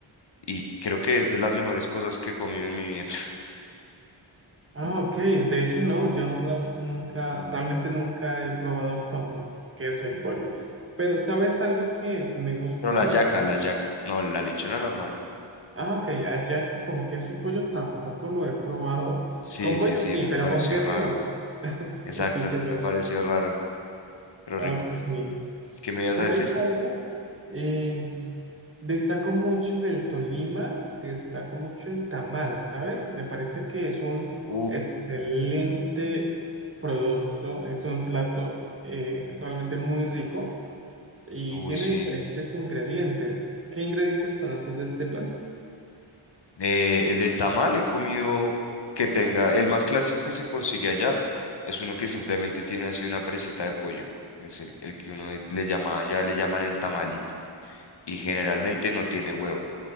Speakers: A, on the left (about 55°); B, on the right (about 25°).
A: Y creo que es de las mejores cosas que he comido en mi vida.
B: Ah, ok. De hecho, no, yo real- nunca, realmente nunca he probado con queso y pollo. Pero, ¿sabes algo que me gusta
A: Pero la
B: de...
A: hallaca, la hallaca. No, la lechona normal.
B: Ah, ok, hallaca con queso y pollo tampoco lo he probado.
A: Sí,
B: Con
A: sí,
B: pollo
A: sí,
B: sí,
A: me
B: pero
A: pareció
B: con queso
A: raro.
B: no. <laughs>
A: Exacto,
B: Existe yo.
A: me pareció raro, pero
B: Ok.
A: rico. ¿Qué me
B: ¿Sabes
A: ibas a decir?
B: algo? Eh, Destaco mucho del Tolima, destaco mucho el tamal, ¿sabes? Me parece que es un
A: Uf,
B: excelente producto, es un plato eh, realmente muy rico y
A: uy,
B: tiene
A: sí.
B: diferentes ingredientes. ¿Qué ingredientes conoces de este plato?
A: Eh, de tamal he comido que tenga. El más clásico que se consigue allá es uno que simplemente tiene así una presita de pollo. Es el, el que uno le llama allá, le llaman el tamalito. Y generalmente no tiene huevo.